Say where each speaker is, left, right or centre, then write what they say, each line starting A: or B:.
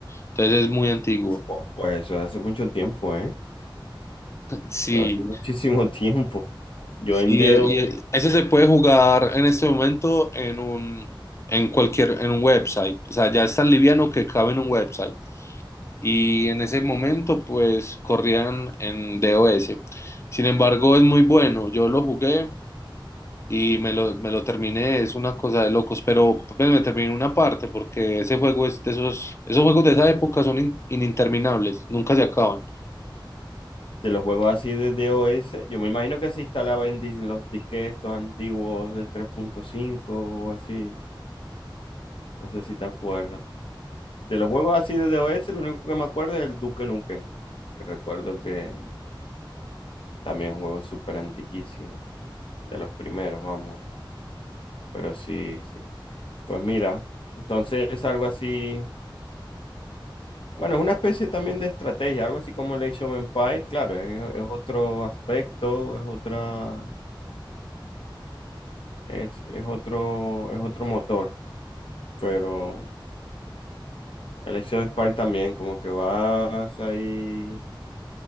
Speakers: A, on the left; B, on the left.
A: Entonces es muy antiguo.
B: Wow, Pues eso hace mucho tiempo, ¿eh?
A: Sí,
B: Hace muchísimo <laughs> tiempo. Yo en
A: Y,
B: DOS,
A: y ese se puede jugar en este momento en un, en cualquier, en un website. O sea, ya es tan liviano que cabe en un website. Y en ese momento, pues, corrían en DOS. Sin embargo, es muy bueno. Yo lo jugué y me lo, me lo terminé. Es una cosa de locos. Pero pues, me terminé una parte porque ese juego es de esos, esos juegos de esa época son in- ininterminables. Nunca se acaban.
B: de los juegos así de DOS, yo me imagino que se instalaba en, dis- los disques estos antiguos de tres punto cinco o así. No sé si te acuerdas. De los juegos así de DOS, lo único que me acuerdo es el Duke Nukem, que recuerdo que también es un juego súper antiquísimo, de los primeros, vamos. Pero sí, sí. Pues mira, entonces es algo así Bueno, es una especie también de estrategia, algo así como el Age of Empire, claro, es, es otro aspecto, es otra, es, es otro, es otro motor, pero el Age of Empire también, como que vas ahí.